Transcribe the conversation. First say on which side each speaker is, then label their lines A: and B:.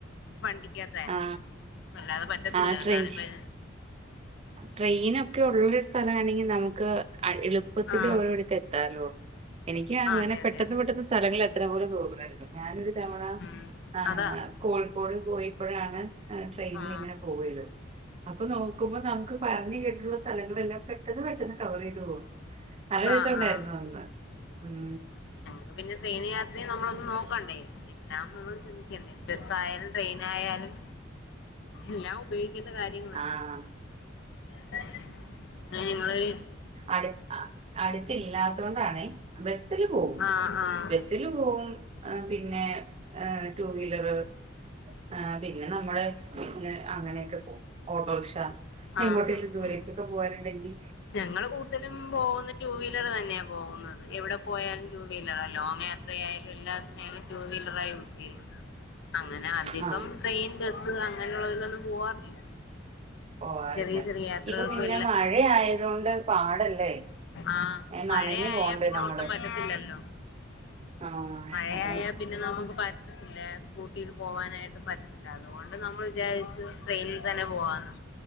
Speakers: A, on the left; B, on the right.
A: വണ്ടിക്കാത്തെ
B: ആ
A: അല്ലാതെ പറ്റത്തില്ല
B: ആ ട്രെയി
A: കാര്ണിപ്പെ
B: ട്രെയിനൊക്കെ ഉള്ളൊരു സലാണെങ്കിൽ നമുക്ക് അ എളുപ്പത്തില്
A: ആ
B: ഓരോട്ത്ത് എത്താലോ. എനിക്ക് അങ്ങനെ
A: ആ അതെ
B: പെട്ടെന്ന്
A: അതെ അതെ
B: പെട്ടെന്ന് സ്ഥ സ്ഥലങ്ങളിൽ എത്ര പോലെ തോന്നുവാരുന്നു ഞാനൊരു തവണ
A: ഉം ഉം
B: ആഹ്
A: അതാ
B: കോഴിക്കോട് പോയി. പ്പഴാണ് ട്രെയിനി
A: ആ
B: ഇങ്ങനെ പോവയെത് അപ്പൊ നോക്കുമ്പോ നമുക്ക് പറഞ്ഞ് കേട്ടിട്ട്ള്ള സലങ്ങളെല്ലാം പെട്ടെന്ന് പെട്ടെന്ന് കവറെയ്ത് പോവും നല്ല
A: ആ
B: രസൊണ്ടായിരുന്നു
A: ആ
B: അന്ന് ഉം
A: ഇപൊ പിന്നെ ഡ്രെയിൻയാത്രയും നമ്മളൊന്നു നോക്കണ്ടേ പിന്ന അമ്മളോടി ചിന്തിക്കണ്ടേ ബസ്സായാലും ട്രെയിനായാലും എല്ലാം ഒ ഉപയോഗിക്കണ്ട കാര്യങ്ങള്
B: ആ.
A: <unintelligible> ഇങ്ങളൊര്
B: അട് അട്ത്തില്ലാത്തോണ്ടാണ് ബെസ്സിൽ പോവും
A: ആഹ് ആഹ്
B: ബെസില് പോവും. പിന്നെ എ ടുവീലർ ആ പിന്നെ നമ്മള് അങ്ങനെയക്ക പോവും ഓട്ടോറിക്ഷ
A: ആഹ് ആഹ്
B: എങ്ങോട്ടേലും ദൂരേക്കൊക്കെ പോകാനുണ്ടെങ്കി
A: ഞങ്ങള് കൂടുതലും പോകുന്ന ടുവീലർ തന്നെയാ പോകുന്നത് എവിടെ പോയാലും ടു വീലറ ലോങ്ങ് യാത്രയാലും എല്ലാത്തിനായാലും ടു വീലറാ യൂസ് ചെയ്യുന്നെ അങ്ങനെ അധികം
B: ആ
A: ട്രെയിൻ ബസ് അങ്ങനെയുള്ളതിലൊന്നും പോവാറില്ല
B: പോവാറില്ല
A: ചെറിയ ചെറിയ യാത്രകൾക്കും
B: ഇപ്പൊ പിന്നെ മഴ ആയതോണ്ട് പാടല്ലേ
A: ആ
B: നനഞ്ഞു
A: മഴയായ
B: പോണ്ടേ
A: പിന്നെ
B: നമ്മള്
A: ഒട്ടും പറ്റത്തില്ലല്ലോ
B: ആ
A: മഴയായാൽ
B: അതാണ്
A: പിന്നെ നമുക്ക് പറ്റത്തില്ല സ്കൂട്ടിൽ പോവാനായിട്ട് പറ്റ് അതുകൊണ്ട് നമ്മള് വിചാരിച്ചു ട്രെയിനിൽ തന്നെ പോവാന്ന്